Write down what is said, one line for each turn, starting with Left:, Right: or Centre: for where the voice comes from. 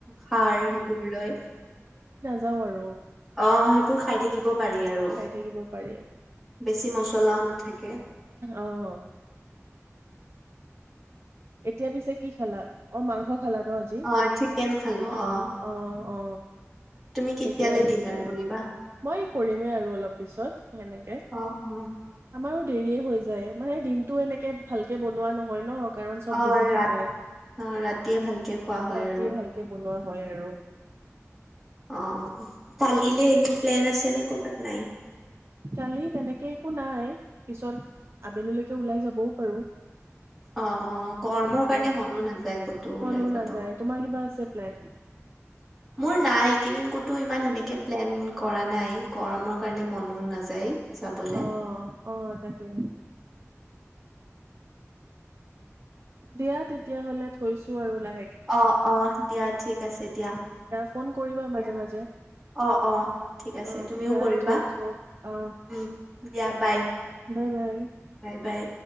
Centre: খাৰ সেইবোৰ লয়
Right: যাওঁ আৰু
Centre: আহ সেইবোৰ খাই থাকিব পাৰি আৰু
Right: খাই থাকিব পাৰি
Centre: বেছি মচলাও নাথাকে
Right: অ', এতিয়া পিছে কি খালা অ মাংস খালা ন আজি?
Centre: অ চিকেন খালো অ
Right: অ', অ
Centre: তুমি কেতিয়ালে
Right: ঠিকে আছে
Centre: ডিনাৰ কৰিবা?
Right: মই কৰিমেই আৰু অলপ পিছত সেনেকে
Centre: অ' অ'
Right: আমাৰো দেৰিয় হৈ যায় মানে দিনতটো এনেকে ভালকে বনোৱা নহয় ন কাৰণ চব
Centre: অ ৰাতি
Right: বিজি থাকে
Centre: অ ৰাতিয়ে ভালকে খোৱা হয়
Right: ৰাতি
Centre: আৰু
Right: ভালকে বনোৱা হয় আৰু।
Centre: অ পালিলে এনে প্লেন আছে নে কৰ'বাত নাই
Right: কালি তেনেকে একো নাই পিছত আবেলিলৈকে ওলাই যাবও পাৰো
Centre: অ অ গৰমৰ
Right: এনেকে
Centre: কাৰণে মনো নাযায় কতো
Right: মনো
Centre: ওলাই যাব
Right: নাযায় তোমাৰ কিবা আছে প্লেন
Centre: মোৰ নাই একেইদিন কতো ইমান সেনেকে প্লেন কৰা নাই নাই গৰমৰ কাৰণে মনো নাযায় যাবলে
Right: আহ আহ তাকে দিয়া তেতিয়া হলে থৈছো আৰু লাহ
Centre: অ অ দিয়া ঠিক আছে দিয়া
Right: ফোন কৰিবা
Centre: দিয়া
Right: মাজে মাজে
Centre: অ অ ঠিক আছে
Right: অ
Centre: তুমিও
Right: দিয়া
Centre: কৰিবা
Right: থৈছো অ
Centre: উ দিয়া bye
Right: bye bye
Centre: bye bye